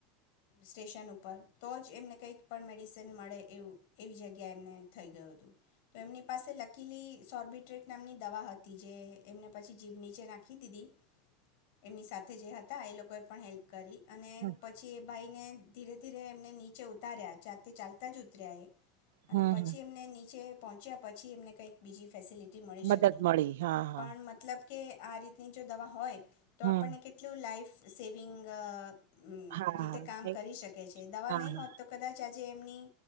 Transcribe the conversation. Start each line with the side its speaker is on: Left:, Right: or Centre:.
Left: સ્ટેશન ઉપર તો જ એમને કંઈક પણ મેડિસિન મળે એવું એવી જગ્યાએ એમને થઈ ગયું હતું. તો એમની પાસે લકીલી સોર્બિટ્રેટ નામની દવા હતી જે એમને પછી જીભ નીચે નાખી દીધી એમની સાથે જે હતા એ લોકોએ પણ હેલ્પ કરી. અને
Right: હમ
Left: પ ભાઈને ધીરે ધીરે એમને નીચે ઉતાર્યા જાતે ચાલતા જ ઉતર્યા એ
Right: હમ
Left: અને પછી એમને નીચે પહોંચ્યા પછી એને કંઈક બીજી ફેસલિ ટી મળી
Right: મદદ
Left: શકી
Right: મળી હા હા
Left: પણ મતલબ કે આ રીતની જો દવા હોય તો
Right: હમ
Left: આપણને કેટલું લાઈફ સેવિંગ અહ અમ્મ.
Right: હા હા
Left: રીતે કામ કરી શકે છે દવા
Right: હા
Left: નહીં હોત તો કદાચ આ જેમની